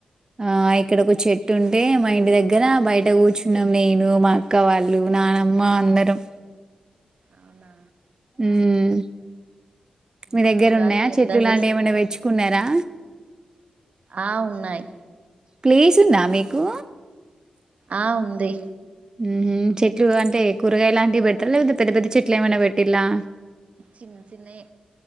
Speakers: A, on the right (about 30°); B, on the right (about 60°).
A: ఆ ఇక్కడ ఒక చెట్టు ఉంటే మా ఇంటి దగ్గర బయట కూర్చున్నాం నేను మా అక్క వాళ్ళు నానమ్మ అందరం
B: అవునా
A: మ్మ్ మ్ మీ
B: నా
A: దగ్గర
B: ఉగాది
A: ఉన్నాయా చెట్లు
B: ఎట్లా
A: లాంటివి
B: చేసుకున్నారు
A: ఏమైనా వెచ్చుకున్నారా
B: ఆ ఉన్నాయ్
A: ప్లేస్ ఉందా మీకు
B: ఆ ఉంది
A: మ్మ్ హ్మ్ చెట్లు అంటే కూరగాయ లాంటివి పెడతారా లేదపోతే పెద్ద పెద్ద చెట్లు ఏమైనా పెట్టిల్లా
B: చిన్న చిన్నయే